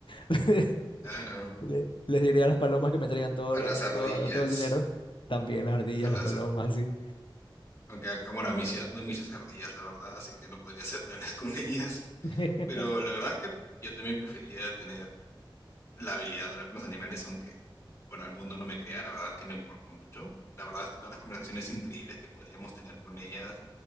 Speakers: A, on the left; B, on the left.
A: <laughs>
B: Claro,
A: Le- les diré a las palomas que me traigan todo
B: a
A: lo,
B: las ardillas,
A: todo, todo el dinero, también las ardillas,
B: a las
A: las palomas,
B: ardillas.
A: así.
B: Aunque, acá- bueno, en mi ciudad no hay muchas ardillas, la verdad, así que no podría hacer planes <laughs> con ellas.
A: <laughs>
B: Pero la verdad es que yo también preferiría tener la habilidad de hablar con los animales, aunque, bueno, el mundo no me crea, la verdad es que no importa mucho. La verdad es que todas las conversaciones increíbles que podríamos tener con ellas,